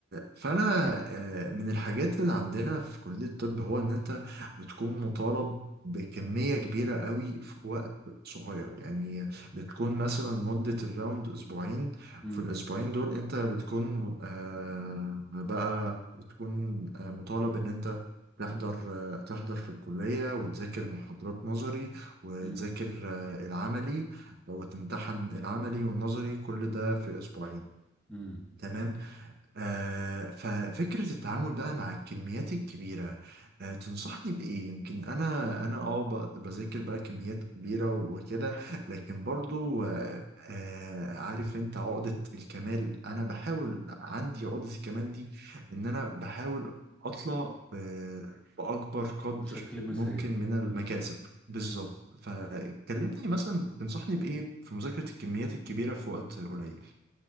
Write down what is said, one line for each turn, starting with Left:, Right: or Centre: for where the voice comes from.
Right: فأنا آه، من الحاجات اللي عندنا في كلية الطب هو إن أنت بتكون مطالب بكمية كبيرة قوي في وقت صغير يعني بتكون مثلا مدة الراوند أسبوعين
Centre: مم.
Right: وفي الأسبوعين دول أنت بتكون آه، بقى بتكون آه، مطالب إن أنت تحضر آه، تحضر في الكلية وتذاكر محاضرات نظري وتذاكر
Centre: مم.
Right: آه، العملي وتمتحن العملي والنظري كل ده في أسبوعين
Centre: مم.
Right: تمام آه، ففكرة التعامل بقى مع الكميات الكبيرة آه، تنصحني بإيه؟ يمكن أنا أنا أه ب- بذاكر بقى كميات كبيرة وكده لكن برضو آه، آه، عارف أنت عقدة الكمال أنا بحاول عندي عقدة الكمال دي إن أنا بحاول أطلع ب- بأكبر قدر
Centre: بشكل مثالي
Right: ممكن من المكاسب بالظبط
Centre: مم.
Right: فكلمني
Centre: مم.
Right: مثلا تنصحني بإيه في مذاكرة الكميات الكبيرة في وقت قليل